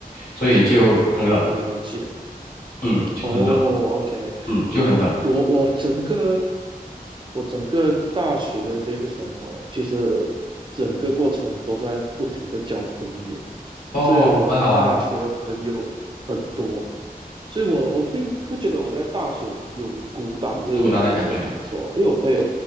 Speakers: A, on the left (about 75°); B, on the right (about 30°).
A: 所以就很冷，
B: 了解，
A: 嗯，就很冷，
B: 哦，OK，
A: 嗯，就很冷。
B: 我我整个我整个大学的这个生活呢，其实整个过程都在不停的交朋友。
A: 哦，
B: 所以我大学的朋友很多，
A: 很好啊，
B: 所以我我并不觉得我在大学有孤单这样子的一个感受，
A: 嗯，孤独的那感觉，
B: 因为我朋友